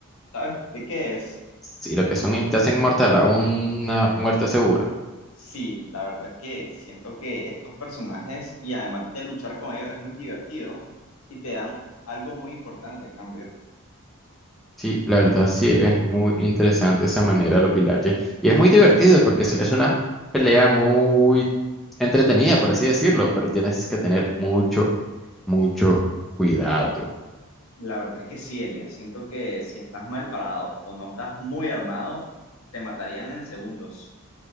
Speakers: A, on the left; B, in the centre.
A: ¿Sabes de qué es?
B: Sí, lo que son es te hacen mortal a una muerte segura.
A: Sí, la verdad es que siento que estos personajes y además de luchar con ellos es muy divertido y te dan algo muy importante a cambio.
B: Sí, la verdad sí es muy interesante esa manera de los pilaches. Y es muy divertido porque es, es una pelea muy entretenida, por así decirlo, pero tienes que tener mucho, mucho cuidado.
A: La verdad es que sí, Elia. Siento que si estás mal parado o no estás muy armado, te matarían en segundos.